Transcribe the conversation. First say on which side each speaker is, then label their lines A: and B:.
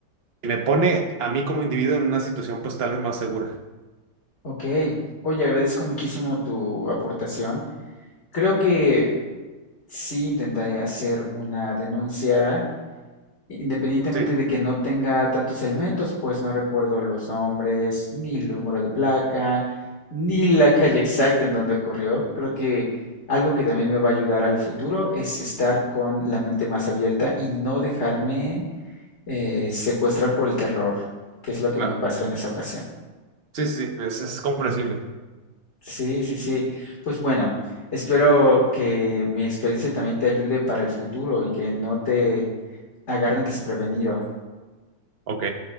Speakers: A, on the right; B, on the left.
A: y me pone a mí como individuo en una situación pues tal vez más segura.
B: Ok, oye, agradezco muchísimo tu aportación. Creo que sí intentaré hacer una denuncia Independientemente
A: Sí,
B: de que no tenga tantos elementos, pues no recuerdo los nombres, ni el número de placa, ni la calle exacta en donde ocurrió. Creo que algo que también me va a ayudar al futuro es estar con la mente más abierta y no dejarme eh, secuestrar por el terror, que es lo que
A: claro.
B: me pasó en esa ocasión.
A: Sí, sí, sí, es, es comprensible.
B: Sí, sí, sí. Pues bueno, espero que mi experiencia también te ayude para el futuro y que no te agarren desprevenido.
A: Ok.